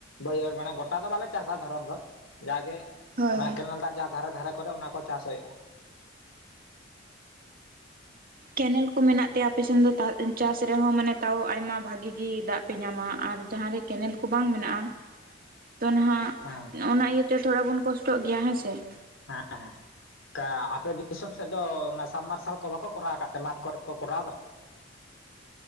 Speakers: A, on the left; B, on the right.
A: ᱵᱟᱹᱭᱦᱟᱹᱲ ᱢᱟᱱᱮ ᱜᱚᱴᱟ ᱫᱚ ᱵᱟᱞᱮ ᱪᱟᱥᱟ ᱫᱷᱚᱨᱚᱱ ᱫᱚ ᱡᱟᱜᱮ ᱾
B: ᱦᱳᱭ
A: ᱚᱱᱟ ᱠᱮᱱᱮᱞ ᱫᱟᱜ ᱡᱟᱦᱟᱸ ᱫᱷᱟᱨᱮ ᱫᱷᱟᱨᱮ ᱠᱚᱨᱮ ᱚᱱᱟ ᱠᱚ ᱪᱟᱥ ᱦᱩᱭᱩᱜᱼᱟ ᱾
B: ᱠᱮᱱᱮᱞ ᱠᱚ ᱢᱮᱱᱟᱜ ᱛᱮ ᱟᱯᱮᱥᱮᱱ ᱛᱟ ᱪᱟᱥ ᱨᱮᱦᱚᱸ ᱢᱟᱱᱮ ᱛᱟᱣ ᱟᱭᱢᱟ ᱵᱷᱟᱜᱤ ᱜᱮ ᱫᱟᱜ ᱯᱮ ᱧᱟᱢᱟ ᱟᱨ ᱡᱟᱦᱟᱸ ᱨᱮ ᱠᱮᱱᱮᱞ ᱠᱚ ᱵᱟᱝ ᱢᱮᱱᱟᱜᱼᱟ ᱛᱚ ᱱᱟᱦᱟᱜ
A: ᱦᱮᱸ
B: ᱚᱱᱟ ᱤᱭᱟᱹᱛᱮ ᱛᱷᱚᱲᱟ ᱵᱚᱱ ᱠᱚᱥᱴᱚᱜ ᱜᱮᱭᱟ ᱦᱮᱸ ᱥᱮ ᱾
A: <unintelligible> ᱚᱱᱠᱟ ᱟᱯᱮ ᱫᱤᱥᱚᱢ ᱥᱮᱫ ᱫᱚ ᱚᱱᱟ ᱥᱟᱵᱢᱟᱨᱥᱟᱞ ᱠᱚ ᱵᱟᱠᱚ ᱠᱚᱨᱟᱣ ᱟᱠᱟᱫ ᱛᱮ ᱢᱟᱴᱷ ᱠᱚᱨᱮ ᱠᱚ ᱠᱚᱨᱟᱣ ᱫᱚ ᱾